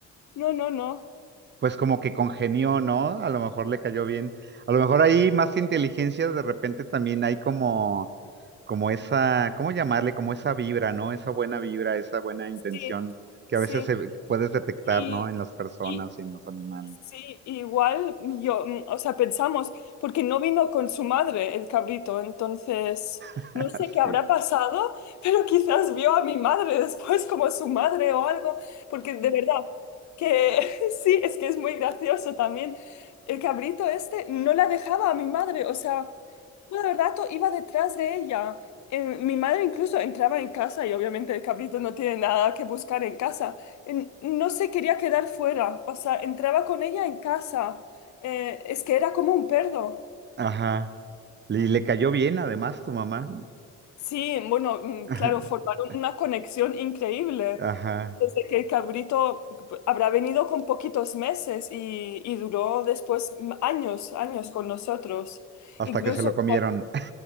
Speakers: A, on the left (about 65°); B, on the right (about 35°).
A: No, no, no.
B: pues como que congenió, ¿no? A lo mejor le cayó bien. A lo mejor ahí más que inteligencia, de repente también hay como, como esa, ¿cómo llamarle? Como esa vibra, ¿no? Esa buena vibra, esa buena intención
A: Sí,
B: que
A: sí.
B: a veces se, puedes detectar,
A: Y,
B: ¿no? En las personas
A: y,
B: y en los animales.
A: Sí, igual yo, mm, o sea, pensamos, porque no vino con su madre el cabrito, entonces
B: <laughs>
A: no sé qué habrá
B: Sí.
A: pasado, <laughs> pero quizás vio a mi madre después como su madre o algo, porque de verdad que <laughs> sí, es que es muy gracioso también. El cabrito este no la dejaba a mi madre, o sea, todo el rato iba detrás de ella. Eh, mi madre incluso entraba en casa y obviamente el cabrito no tiene nada que buscar en casa en- no se quería quedar fuera, o sea, entraba con ella en casa, eh, es que era como un perro.
B: Ajá. Y le cayó bien además tu mamá.
A: Sí, bueno, mm,
B: <laughs>
A: claro, formaron una conexión increíble.
B: Ajá.
A: Desde que el cabrito habrá venido con poquitos meses y, y duró después m- años, años con nosotros.
B: Hasta
A: Incluso,
B: que se lo comieron.
A: cu-